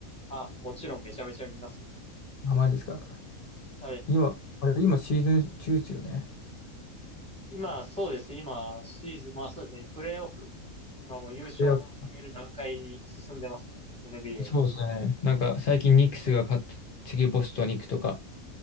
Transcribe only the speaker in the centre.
あ、もちろんめちゃめちゃ見ますよ。
はい。
今、そうですね。今、シーズン、まあそうですね。プレイオフ。今もう優勝を決める段階に進んでますね。
NBA。